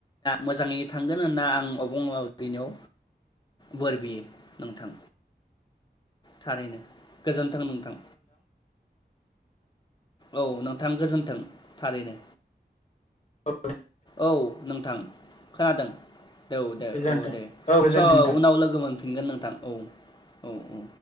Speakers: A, on the left (about 25°); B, on the left (about 45°).
A: मोजाङै थांगोन होनना आं अबंलावरिनियाव बोर बियो नोंथां। थारैनो। गोजोन्थों नोंथां। औ नोंथां गोजोन्थों थारैनो।
B: औ
A: औ नोंथां। खोनादों। औ दे
B: गोजोन्थों
A: औ दे
B: औ गोजोन्थों
A: स'
B: नोंथां
A: उनाव लोगो मोनफिनगोन नोंथां औ औ औ।